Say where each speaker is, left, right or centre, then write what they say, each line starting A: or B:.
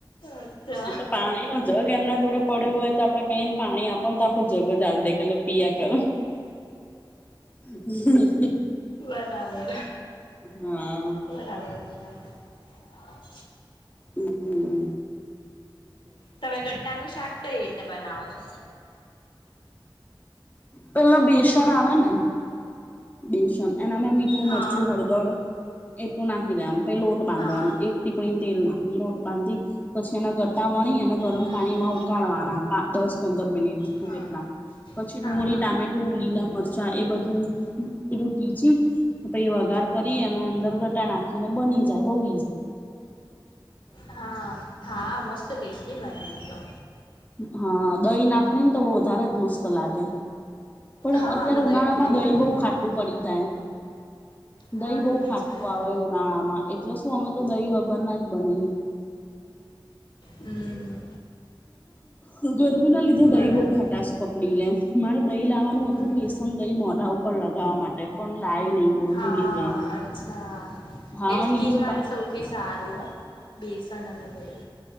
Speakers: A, on the left; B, on the left.
A: અચ્છા
B: હ એ તો પાણી નો જગ એમના જોડે પડ્યો હોય તો આપણે કહીએ ને પાણી આપવા તો આખું જગ જજ આ દે કે લઇ પિયા કર હમ્મ
A: બરાબર
B: હા
A: બરાબર <unintelligible>
B: હમ્મ હમ્મ
A: તમે ગટ્ટાનું શાક કઈ રીતે બનાવો છો? સ
B: પેલા બેસણ આવે ને બેશન એનામાં મીઠું
A: હા
B: મરચું હળદર. એટલું નાહીદે આમ. લોટ બાંધવાનો
A: હા
B: એક ટિપણી તેલમાં. લોટ બાંધી પછી એના ગટા વણી અને ગરમ
A: હમ
B: પાણીમાં ઉકાળવાના દસ પંદર મિનિટ
A: હા
B: જેટલા પછી
A: હા
B: ડુંગળી
A: હા
B: ટામેટું લીલા મરચા એ બધુ પેલું પીચી પ વઘાર કરી અને અંદર ગટા નાખીને બની જાય બઉુ.
A: હા હા મસ્ત ટેસ્ટી બનાવી તો.
B: હા. દહી નાખવી ને તો બ વધારે જ મસ્ત લાગે. પણ
A: હા
B: અત્યારે
A: અમે દહીં
B: ઉનાળામાં
A: દહીં
B: દહી
A: નાખીને
B: બહુ
A: જ
B: ખાટું
A: બનાવીએ
B: પડી જાય. હ <unintelligible>
A: હા
B: દહી બહુ
A: એ બી
B: ખાટું
A: છે
B: આવે ઉનાળા માં. એટલે શું અમે તો દહી વગરના જ બનીએ.
A: હમ.
B: હ ગરમી ના લીધે
A: બરાબર
B: દહી બહુ ખટશ પકડી લે મારે દહી લાવવાનું હતું
A: હમ
B: બેસન
A: હમ
B: દહી મોઢા ઉપર લગાવવા માટે પણ. લાવી નહી બોલ
A: હા
B: ભૂલી ગઈ
A: અચ્છા
B: હા
A: એ
B: મને
A: સ્કીિન
B: નીચે
A: માટે
B: પા
A: સૌથી સારું હો બેસન અને દહી.